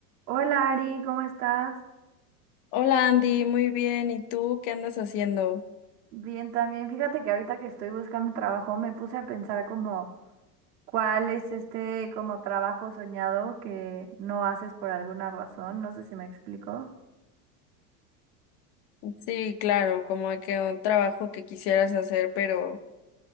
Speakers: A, on the right (about 75°); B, on the left (about 55°).
A: Hola Ari, ¿cómo estás?
B: Hola Andy, muy bien. ¿Y tú qué andas haciendo?
A: Bien también. Fíjate que ahorita que estoy buscando trabajo me puse a pensar como cuál es este como trabajo soñado que no haces por alguna razón. No sé si me explico.
B: Sí, claro, como que un trabajo que quisieras hacer, pero,